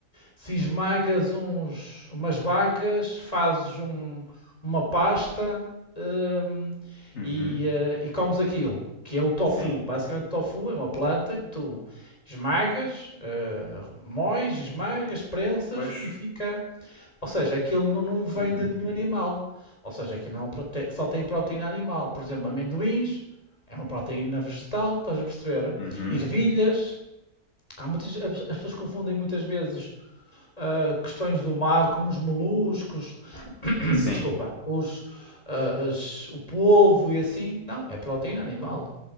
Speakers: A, on the left; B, on the left.
A: se esmagas uns, umas bagas, fazes um- uma pasta, hum,
B: Uhum,
A: e, eh, e comes aquilo, que é o tofu.
B: sim.
A: Basicamente, o tofu é uma planta que tu esmagas, eh, moes, esmagas, prensas
B: Pois.
A: e fica ou seja, aquilo não, não vem
B: Uhum,
A: de nenhum animal. Ou seja, aquilo não, é só tem proteína animal. Por exemplo, amendoins é uma proteína vegetal, estás a perceber?
B: uhum.
A: Ervilhas. Há muitas, as pessoas confundem muitas vezes ah, questões do mar, como os moluscos, <clears throat> <coughs>
B: Sim,
A: desculpa, os, ah, as- o polvo e assim. Não, é proteína animal.